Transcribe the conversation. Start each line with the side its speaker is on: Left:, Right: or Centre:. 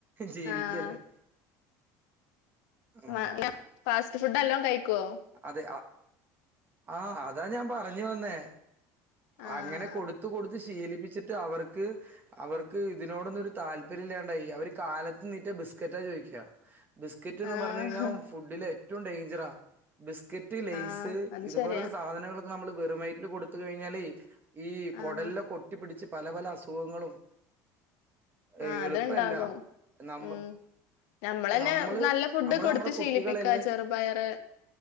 Right: ജീവിക്കല്ലേ
Left: ആ
Right: ആ
Left: മല ഫാസ്റ്റ് ഫുഡ് നല്ലോം കഴിക്കോ
Right: അതെ ആഹ് അതാ ഞാൻ പറഞ്ഞു വന്നേ
Left: ആഹ്
Right: അങ്ങനെ കൊടു കൊടുത്ത് കൊടുത്ത് ശീലിപ്പിച്ചിട്ട് അവർക്ക് അവർക്ക് ഇതിനോടൊന്നും ഒരു താല്പര്യല്ലാണ്ടായി അവര് കാലത്ത് നീറ്റ ബിസ്കറ്റാ ചോയിക്ക ബിസ്ക്കറ്റ്ന്ന്
Left: ആഹ്
Right: പറഞ്ഞ് കഴിഞ്ഞാ ഫുഡില് ഏറ്റവും ഡേഞ്ചറാ ബിസ്ക്കറ്റ് ലേയ്സ്
Left: ആഹ് അത്
Right: ഇതുപോലുള്ള
Left: ശരിയാ
Right: സാധനങ്ങളൊക്കെ നമ്മള് വെറും വയറ്റില് കൊടുത്ത് കഴിഞ്ഞാലെ ഈ കൊടല്ലെക്ക
Left: ആഹ്
Right: ഒട്ടി പിടിച്ച് പല പല അസുഖങ്ങളും ഏയ്
Left: ആഹ്
Right: എളുപ്പല്ല
Left: അത്ണ്ടാകും
Right: നമ്മ
Left: ഉം ഞമ്മളന്നെ
Right: നമ്മള്
Left: നല്ല ഫുഡ്
Right: നമ്മള്
Left: കൊടുത്ത്
Right: നമ്മുടെ കുട്ടികളല്ലേ
Left: ശീലിപ്പിക്ക ചെറുപയറ്